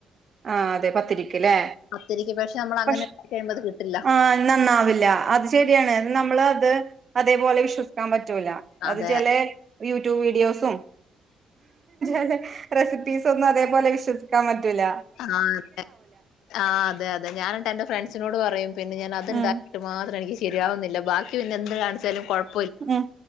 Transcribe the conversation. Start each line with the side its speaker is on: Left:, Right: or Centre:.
Right: ആ അതെ പത്തിരിക്കല്ലേ
Left: പത്തിരിക്ക് പക്ഷെ നമ്മൾ അങ്ങനെ
Right: പക്ഷ
Left: കഴിയുമ്പോ അത് കിട്ടില്ല
Right: ആ നന്നാവില്ല അത് ശരിയാണ് നമ്മൾ അത് അതേപോലെ ഇശ് ിക്കാൻ പറ്റുല്ല അത്
Left: അതെ
Right: ചേലെ യൂ ടു വീഡിയോസും അതെതെ റെസിപ്പീസ് ഒന്നും അതെപോലെ വിശ്വസിക്കാൻ പറ്റൂല്ല
Left: ആ അതെ ആ അതെ അതെ ഞാനിട്ട് എന്റെ ഫ്രണ്ട്സിനോട് പറയും പിന്നെ ഞാൻ അത്ണ്ടാകിട്ട്
Right: ഉം
Left: മാത്രനിക്കി ശരിയാവുന്നില്ല ബാക്കി പിന്നെ എന്ത് കാണിച്ചാലും കൊഴ്
Right: ഉം